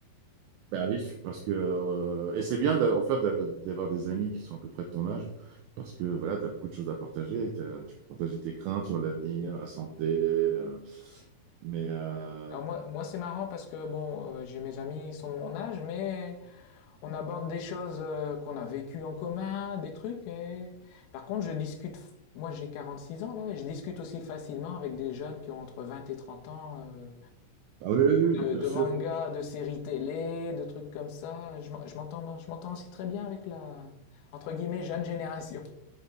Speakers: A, on the right; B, on the left.
A: Bah oui, parce que euh, et c'est bien d'a- en fait d'av- d'avoir des amis qui sont à peu près de ton âge, parce que voilà, tu as beaucoup de choses à partager, t'as- tu peux partager tes craintes sur l'avenir,
B: hein. Ouais.
A: la santé, euh, mais euh,
B: Alors moi, moi c'est marrant parce que bon, euh, j'ai mes amis, ils sont de mon âge, mais on aborde des choses euh, qu'on a vécues en commun, des trucs. Et... Par contre, je discute, moi j'ai 46 ans là, et je discute aussi facilement avec des jeunes qui ont entre 20 et 30 ans. euh,
A: ah oui, oui,
B: de,
A: oui, bien
B: de
A: sûr.
B: mangas, de séries télé, de trucs comme ça. Je, m'en- je m'entends, je m'entends aussi très bien avec la, entre guillemets, jeune génération.